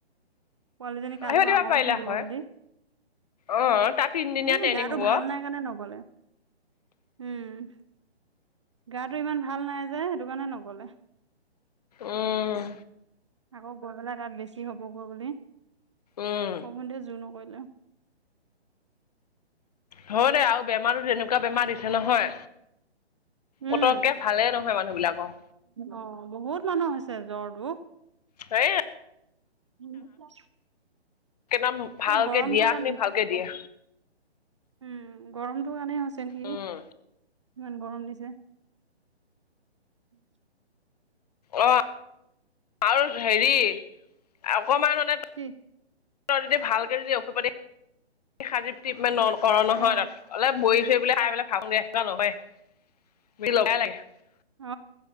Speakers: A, on the right (about 30°); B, on the left (about 35°).
A: পোৱালীজনী কাইলৈ
B: আহিব
A: বা
B: দিব
A: অকলে
B: পাৰিলা
A: থাকিব
B: হয়
A: বুলি।
B: অ তাত তিনদিনীয়া
A: এ
B: ট্ৰেইনিং
A: গাটো
B: হ'ব
A: ভাল নাই কাৰণে নগলে উম। গাটো ইমান ভাল নাই যে সেইটোকানে নগলে।
B: আহ।
A: আকৌ গৈ পেলাই তাত বেছি হ'বগৈ বুলি সৰুভন্টীয়ে
B: উম
A: যোৰ। হৈলে
B: হয় দে আৰু বেমাৰো তেনেকুৱা বেমাৰ দিছে নহয়।
A: উম,
B: পতককে ভালে নহয় মানুহবিলাকৰ।
A: অ বহুত মানুহৰ হৈছে জ্বৰটো।
B: সেই
A: উ
B: একদম ভালকে
A: সেই গৰমটো
B: দিয়া
A: কাৰণ
B: খিনি
A: উম।
B: ভালকে দিয়ে
A: গৰমটো কাৰণে হৈছে নেকি?
B: উম
A: ইমান গৰম দিছে। <unintelligible>
B: অ আৰু হেৰি অকণমানতে
A: কি
B: যদি ভালকে যদি ঔষধপাতি খালে টিপমেণ্ট ন কৰ নহয়
A: অ',
B: তাত অলপ বহি থৈ বলোই পেললে ভাব দিয় নয় লগাই লাগে। <unintelligible>
A: অ